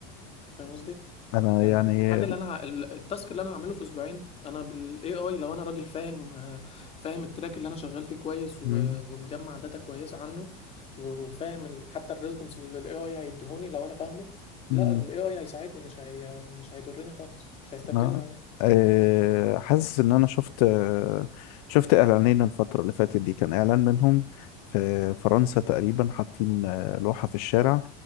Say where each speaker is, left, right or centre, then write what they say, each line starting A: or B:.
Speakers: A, on the left; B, on the left.
A: فاهم قصدي
B: انا
A: يعني
B: يعني
A: الحاجه اللي انا ه- ال- التاسك اللي انا هعمله في اسبوعين انا بالاي اي لو انا راجل فاهم آه، فاهم التراك اللي انا شغال فيه كويس و-
B: مم.
A: ومجمع داتا كويسه عنه و- وفاهم ال- حتى الريسبونس اللي الاي اي هيديهوني لو انا فاهمه لا
B: مم.
A: الاي اي هيساعدني مش هي مش هيضرني خالص مش هيستبدلني
B: آه.
A: عمري
B: آه، حاسس ان انا شفت آه، شفت اعلانين الفتره اللي فاتت دي كان اعلان منهم في فرنسا تقريبا حاطين آه، لوحه في الشارع